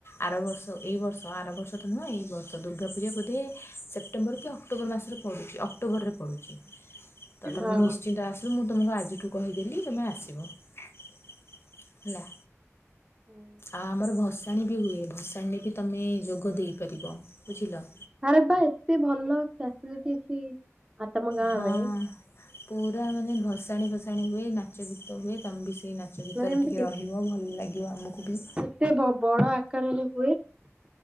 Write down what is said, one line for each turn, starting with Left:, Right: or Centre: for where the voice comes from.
Left: ଆର ବର୍ଷ ଏଇ ବର୍ଷ ଆର ବର୍ଷ ତ ନୁହେଁ ଏଇ ବର୍ଷ ଦୁର୍ଗା ପୂଜା ବୋଧେ ସେପ୍ଟେମ୍ବର କି ଅକ୍ଟୋବର ମାସରେ ପଡ଼ୁଚି ଅକ୍ଟୋବରରେ ପଡ଼ୁଚି। ତମେ
Right: ହଁ।
Left: ନିଶ୍ଚିନ୍ତ ଆସିବ ମୁଁ ତମକୁ ଆଜିଠୁ କହିଦେଲି ତମେ ଆସ୍। ହେଲା।
Right: ହଁ।
Left: ଆଉ ଆମର ଭସାଣି ବି ହୁଏ ଭସାଣିରେ ବି ତମେ ଯୋଗ ଦେଇପାରିବ ବୁଝିଲ।
Right: ଆରେ ବା ଏତେ ଭଲ ଫ୍ୟା ସିଲିଟି ଅଛି। ଆଉ ତମ ଗାଁ
Left: ହଁ
Right: ରେ
Left: ପୁରା ମାନେ ଭସାଣିୀ ଫସାଣିୀ ହୁଏ ନାଚ ଗୀତ ହୁଏ ତମେବି ସେଇ ନାଚ ଗୀତରେ
Right: ମାନେ ଏମିତି
Left: ଟିକଏ ରହିବ ଭଲ ଲାଗିବ ଆମକୁ ବି।
Right: ସେ ବଡ ଆକାରରେ ହୁଏ।